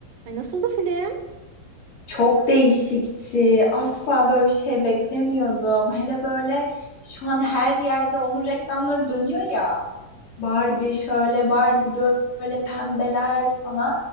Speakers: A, on the right (about 75°); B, on the left (about 65°).
A: Ay nasıldı film?
B: Çok değişikti. Asla böyle bir şey beklemiyordum. Hele böyle şu an her yerde onun reklamları dönüyor ya. Barbie şöyle, Barbie böyle pembeler falan.